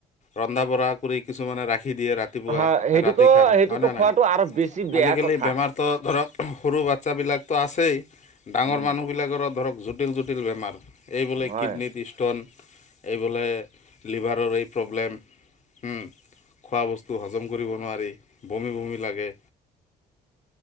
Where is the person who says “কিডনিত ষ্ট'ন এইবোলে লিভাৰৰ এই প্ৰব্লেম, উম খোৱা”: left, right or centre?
Left